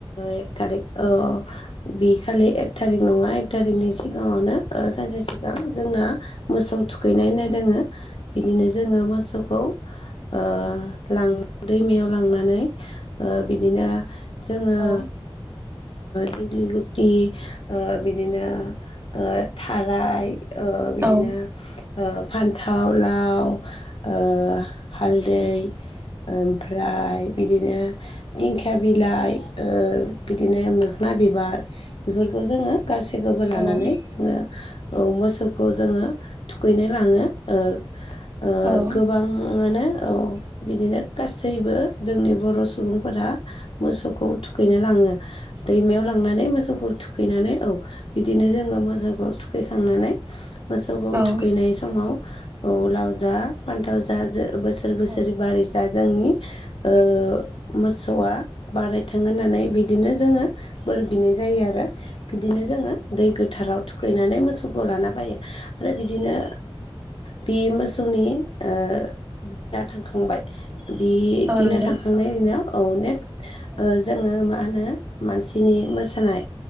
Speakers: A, on the left (about 65°); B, on the right (about 25°).
A: एक थारिख ओ ओ बि खालि एक थारिक नङा एक थारिकनि सिगाङावनो ओ सानसे सिगां जोंना मोसौ थुखैनाय होननाय दोङो बिदिनो जोङो मोसौखौ ओ लां दैमायाव लांनानै बिदिनो जोङो
B: औ
A: दिगलि गुटि ओ बिदिनो ओ थाराय ओ बिदिनो
B: औ
A: फान्थाव लाव ओ हालदै ओमफ्राय बिदिनो दिंखि था बिलाइ बिदिनो मोखोनना बिबार बेफोरखौ जोङो गासैखौबो लानानै
B: औ
A: जोङो औ मोसौखौ जोङो थुखैनो लाङो। ओ ओ
B: औ
A: गोबां बिदिनो गासैबो जोंनि बर' सुबुंफोरा मोसौखौ थुखैनाय ला दैमायाव लांनानै मोसौखौ थुखैनानै औ बिदिनो जोङो मोसौखौ थुख खैखांनानै मोसौखौ
B: औ
A: थुखैनाय समाव लाव जा फान्थाव जा ज बोसोर बोसोरै
B: औ
A: बारै ज जोंनि ओ मोसौआ बाराय थां होननानै बिदिनो जोङो ब बिनाय जायो आरो। बिदिनो जोङो दै गोथाराव थुखैनानै मोसौखौ लाना फायो आरो बिदिनो बे ओ मोसौनि दिना थांखांबाय बि
B: औ
A: दिना
B: नंगौ
A: थांखांनायनि दिनाव औ नेक्स्ट
B: औ
A: ओ जोङो मा होनो मानसिनि मोसानाय